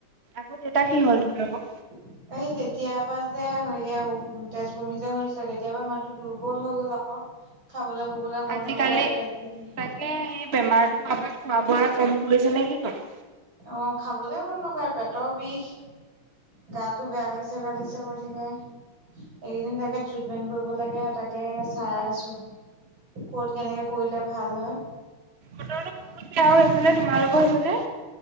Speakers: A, on the right; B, on the right.
A: আকৌ দেউতা কি হ'ল তোমালোকৰ?
B: উ <unintelligible> এই তেতিয়াৰ পৰা যে সেই তেজবমি যে হৈছিল, তেতিয়াৰপা মানুহটো দুৰ্বল হৈ গ'ল আকৌ। খাবলৈ ববলৈ মন
A: আজিকালি
B: নকৰা পেটটো বিষ।
A: তাকে সেই বেমাৰটো হোৱাৰ পৰা খোৱা বোৱা ক'ম কৰিছে নে কি কয়।
B: অ' খাবলে মন নকৰে পেটৰ বিষ গাতো বেয়া লাগিছে বেয়া লাগিছে কৰি থাকে। এইকেইদিন তাকে ট্ৰিটমেন্ট কৰিব লাগে তাকে চাই আছো। ক'ত কেনেকে কৰিলে ভাল হয়।
A: বতৰটো বহুত বেয়া হৈ আছেনে তোমালোকৰ সেইফালে?